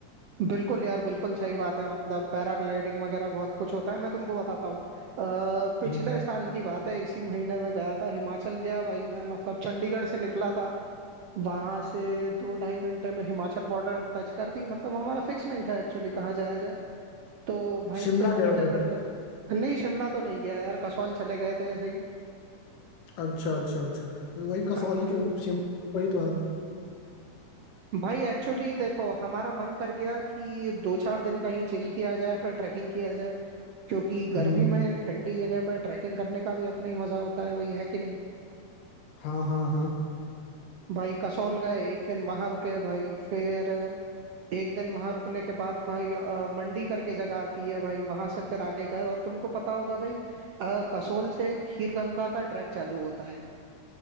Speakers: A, on the right; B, on the left.
A: बिल्कुल यार बिल्कुल सही बात है मतलब पैराग्लाइडिंग वगैरह बहुत कुछ होता है मैं तुमको बताता हूँ अ, पिछले
B: हम्म,
A: साल की बात है इसी महीने में गया था हिमाचल गया भाई मैं मतलब चंडीगढ़ से निकला था वहां से दो ढाई घंटे में हिमाचल बॉर्डर टच कर दी मतलब हमारा फिक्स नहीं था एक्चुअली कहाँ जाया जाए तो वहीं
B: शिमला
A: से घूमते
B: गए होगे
A: फिरते नहीं शिमला तो नहीं गया यार कसौल चले गए थे ऐसे ही
B: अच्छा अच्छा अच्छा तो वही कसौली
A: हाँ
B: के शिमला के वही तो है
A: भाई एक्चुअली देखो हमारा मन कर गया कि दो चार दिन कहीं चिल किया जाए फिर ट्रैकिंग किया जाए क्योंकि
B: हम्म
A: गर्मी में ठंडी जगह पर ट्रैकिंग करने का भी अपना ही मजा होता है वही है कि नहीं
B: हाँ हाँ हाँ
A: भाई कसौल गए एक दिन वहां रुके भाई फिर एक दिन वहां रुकने के बाद भाई अ, मंडी करके जगह आती है भाई वहां से फिर आगे गए और तुमको पता होगा भाई अ, कसौल से खीर गंगा का ट्रैक चालू होता है